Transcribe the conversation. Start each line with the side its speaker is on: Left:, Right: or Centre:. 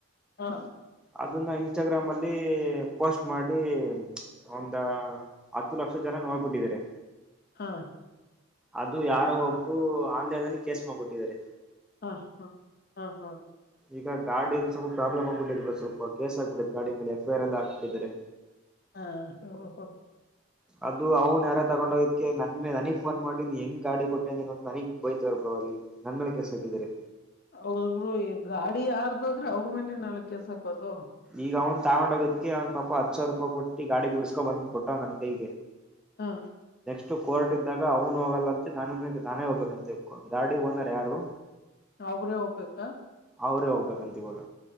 Left: ಹಾ
Centre: ಅದನ್ನ ಇನ್ಸ್ಟಾಗ್ರಾಮ್ ಅಲ್ಲಿ ಪೋಸ್ಟ್ ಮಾಡಿ ಪ್ಚ್ ಒಂದ ಹತ್ತು ಲಕ್ಷ ಜನ ನೋವಬಿಟ್ಟಿದ್ದಿರಿ
Left: ಹಾ
Centre: ಅದು ಯಾರೋ ಒಬ್ಬರು ಆನ್ಲೈನ್ ಅಲ್ಲಿ ಕೇಸ್ ಮಾಡಬಿಟ್ಟಿದಾರೆ
Left: ಹಾ ಹಾ ಹಾ ಹಾ
Centre: ಈಗ ಗಾಡಲ್ಲಿ ಸ್ವಲ್ಪ ಪ್ರಾಬ್ಲಮ್ ಆಗ್ಬಿಟ್ಟಿದೆ ಸ್ವಲ್ಪೇ ಕೇಸ್ ಆಗಿಬಿಟ್ಟಿದೆ ಗಾಡಿ ಮಲೆ ಎಫ್ಐಆರ್ ಎಲ್ಲ ಹಾಕಬಿಟ್ಟಿದ್ದಾರೆ
Left: ಹಾ ಹೋ ಹೋ
Centre: ಅದು ಅವ್ನು ಯಾರ ತಗೊಂಡ ಹೋಗಿದಕ್ಕೆ ನನ್ ನನಗ್ ಫೋನ್ ಮಾಡಿ ನೀ ಹೆಂಗ್ ಗಾಡಿ ಕೊಟ್ಟೆನ ನೀನ ನನಗ್ ಬೈತಾರೆ ಬ್ರೋ ಹೋಗ್ಲಿ ನನ್ನ ಮೇಲೆ ಕೇಸ್ ಹಾಕಿದಾರೆ
Left: ಹೌದ ಬ್ರೋ ಈ ಗಾಡಿ ಯಾರದಾದ್ರೆ ಅವ್ರ ಮೇಲೆ ನಲ್ಲ ಕೇಸ್ ಹಕೋದು
Centre: ಈಗ ಅವ ತಗೊಂಡ ಹೋಗದಕ್ಕೆ ಅವ ಪಾಪಾ ಹತ್ತ ಸಾವರ ರೂಪಾಯಿ ಕೊಟ್ಟ ಗಾಡಿ ಬಿಡ್ಸ್ಕೊ ಬಂದ್ ಕೊಟ್ಟ ಅವ ನನ್ ಕೈಗೆ
Left: ಹಾ
Centre: ಇತ್ತು ಕೋರ್ಟ್ ಇದ್ದಾಗ ಅವನು ಹೋಗಲ್ಲ ಅಂತ ನಾನುಗೆ ನಾನೇ ಹೋಗ್ಬೇಕ ಅಂತ ಗಾಡಿ ಓನರ್ ಯಾರು
Left: ಅವರೇ ಹೋಗಬೇಕು
Centre: ಅವರೆ ಹೋಗ್ಬೇಕಂತೆ ಇವಾಗ